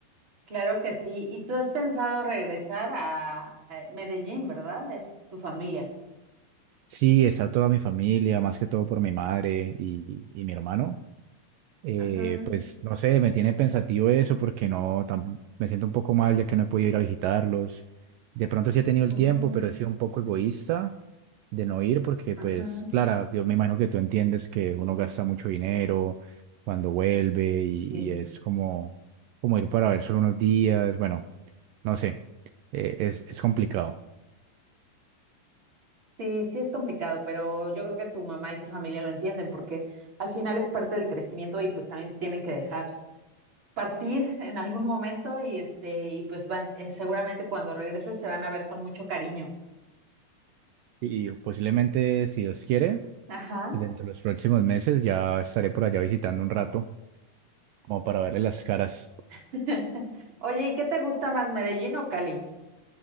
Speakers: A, on the right; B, on the right.
A: claro que sí. ¿Y tú has pensado regresar a a Medellín, verdad? Es tu familia.
B: Sí, está toda mi familia, más que todo por mi madre y, y mi hermano. Eh,
A: Ajá.
B: pues no sé, me tiene pensativo eso porque no, tam- me siento un poco mal ya que no he podido ir a visitarlos. De pronto sí he tenido el
A: Ujú,
B: tiempo, pero he sido un poco egoísta de no ir porque,
A: Ajá.
B: pues, Clara, yo me imagino que tú entiendes que uno gasta mucho dinero cuando vuelve y,
A: Sí.
B: y es como, como ir para ver solo unos días. Bueno, no sé, eh, es, es complicado.
A: Sí, sí es complicado, pero yo creo que tu mamá y tu familia lo entienden porque al final es parte del crecimiento y pues también te tienen que dejar partir <laughs> en algún momento y este y pues va, eh, seguramente cuando regreses se van a ver con mucho cariño.
B: Y posiblemente, si Dios quiere,
A: Ajá.
B: dentro de los próximos meses ya estaré por allá visitando un rato como para verle las caras.
A: <laughs> Oye, ¿y qué te gusta más, Medellín o Cali?